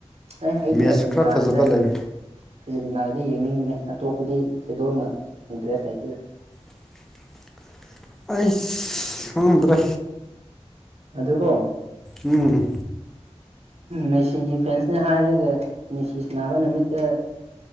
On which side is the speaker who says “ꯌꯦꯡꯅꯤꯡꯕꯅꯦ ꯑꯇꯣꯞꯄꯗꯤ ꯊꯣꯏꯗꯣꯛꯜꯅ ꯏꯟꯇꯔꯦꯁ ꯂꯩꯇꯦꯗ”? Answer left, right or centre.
Right